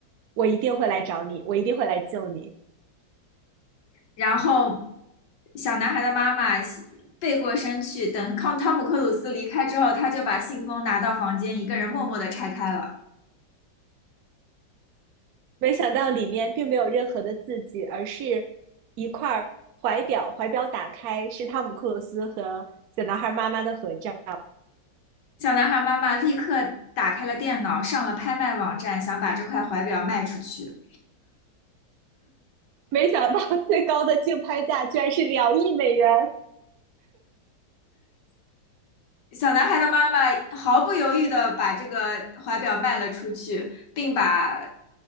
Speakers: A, on the right (about 75°); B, on the left (about 65°).
A: 我一定会来找你，我一定会来救你。”
B: 然后小男孩的妈妈背过身去，等康汤姆克鲁斯离开之后，他就把信封拿到房间，一个人默默地拆开了。
A: 没想到里面并没有任何的字迹，而是一块儿怀表，怀表打开是汤姆·克鲁斯和小男孩妈妈的合照。
B: 小男孩妈妈立刻打开了电脑，上了拍卖网站，想把这块怀表卖出去。
A: 没想到 <laughs> 最高的竞拍价居然是两亿美元，
B: 小男孩的妈妈毫不犹豫地把这个怀表卖了出去，并把